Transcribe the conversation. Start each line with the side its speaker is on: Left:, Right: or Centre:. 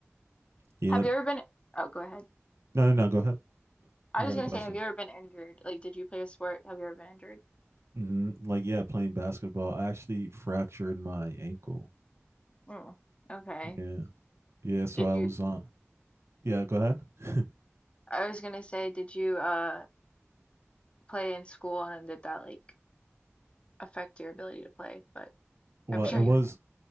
Right: Yeah.
Left: have you ever been, oh, go ahead.
Right: No, no, no. Go ahead.
Left: I
Right: You
Left: was
Right: had
Left: gonna
Right: a question.
Left: say, have you ever been injured? Like, did you play a sport? Have you ever been injured?
Right: hmm Like, yeah, playing basketball. I actually fractured my ankle.
Left: Oh, okay.
Right: Yeah. Yeah. So
Left: Did
Right: I
Left: you,
Right: was on. Yeah. Go ahead.
Left: I was gonna say, did you uh play in school and then did that like affect your ability to play? But
Right: <laughs> well,
Left: I'm <laughs> sure
Right: it was.
Left: you can.